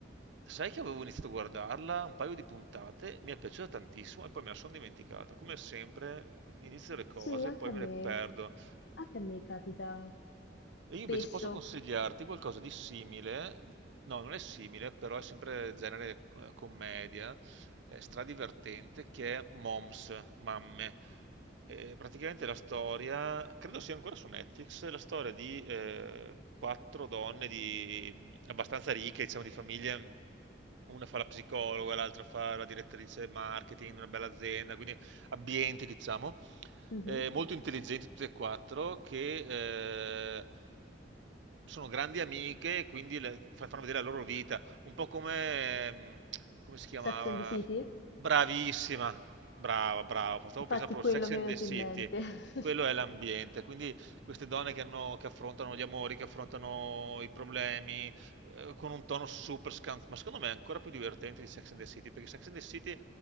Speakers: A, on the right (about 80°); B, on the left (about 70°).
A: Sai che avevo iniziato a guardarla un paio di puntate, mi è piaciuta tantissimo e poi me la sono dimenticata. Come sempre, inizio le
B: Sì,
A: cose
B: anche
A: e poi
B: a me,
A: me le perdo.
B: anche a me capita
A: E
B: spesso.
A: Io invece posso consigliarti qualcosa di simile, no, non è simile, però è sempre genere eh, commedia, eh, stradivertente, che è Moms, Mamme. Eh, praticamente la storia, credo sia ancora su Netflix, la storia di eh, quattro donne di, mm, abbastanza ricche, diciamo di famiglie, una fa la psicologa, l'altra fa la direttrice marketing, una bella azienda, quindi ambienti, diciamo
B: Mhm.
A: eh, molto intelligenti tutte e quattro, che eh, sono grandi amiche, e quindi le- fa- fanno vedere la loro vita, un po' come, ehm, come si chiamava?
B: Sex and the City?
A: Bravissima, brava, brava, stavo
B: Infatti
A: pensando proprio
B: quello
A: a Sex
B: mi
A: and
B: è venuto
A: the City,
B: in mente. <laughs>
A: quello è l'ambiente, quindi queste donne che, hanno- che affrontano gli amori, che affrontano i problemi, eh, con un tono super scanzonato, ma secondo me è ancora più divertente di Sex and the City, perché Sex and the City